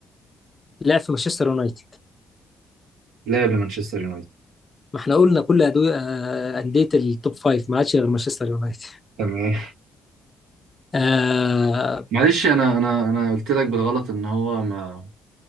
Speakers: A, on the left (about 25°); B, on the right (about 85°).
A: لعب في مانشستر يونايتد
B: لاعب لمانشستر يونايتد
A: ما احنا قلنا كل أدو- آه، أندية التوب فايف ما عادش غير مانشستر يونايتد
B: تمام
A: آه
B: <laughs> معلش انا انا انا قلت لك بالغلط ان هو ما